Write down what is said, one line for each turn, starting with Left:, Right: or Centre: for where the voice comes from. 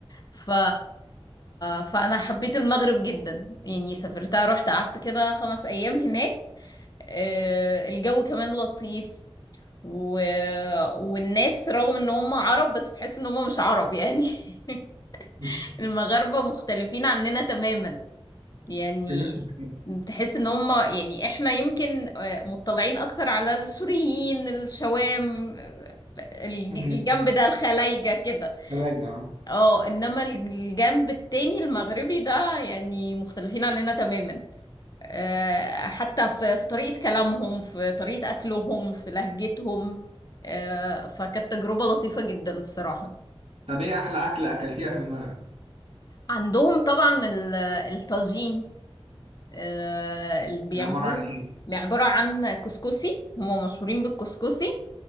Left: ف... فأنا حبيت المغرب جدا يعني سافرتها رحت قعدت كده خمس أيام هناك آه، الجو كمان لطيف و... والناس رغم ان هم عرب بس تحس ان هم مش عرب يعني <laughs>
Right: <laughs>
Left: المغاربة مختلفين عننا تماما يعني
Right: في الرحلة.
Left: تحس ان هم يعني احنا يمكن آه، مطلعين اكتر على السوريين الشوام آه، الج-
Right: أمم،
Left: الجنب ده الخلايجة كده
Right: ثلاجة آه.
Left: اه انما الجنب التاني المغربي ده يعني مختلفين عننا تماما آه، حتى في في طريقة كلامهم في طريقة اكلهم في لهجتهم آه، فكانت تجربة لطيفة جدا الصراحة
Right: طب ايه احلى اكلة اكلتيها في المغرب
Left: عندهم طبعا ال- الطاجين آه، اللي بيعملوه
Right: دي عبارة عن ايه
Left: يعني عبارة عن كسكسي هما مشهورين بالكسكسي